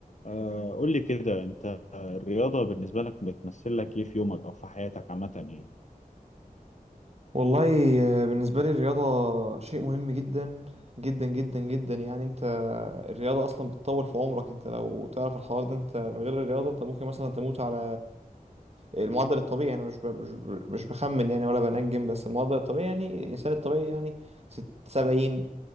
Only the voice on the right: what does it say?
والله آه، بالنسبة لي الرياضة شيء مهم جدا جدا جدا جدا يعني انت الرياضة اصلا بتطول في عمرك انت لو تعرف الحوار ده انت من غير الرياضة انت ممكن مثلا تموت على المعدل الطبيعي يعني مش ب- مش ب- مش بخمن يعني ولا بنجم بس المعدل الطبيعي يعني الانسان الطبيعي يعني ست سبعين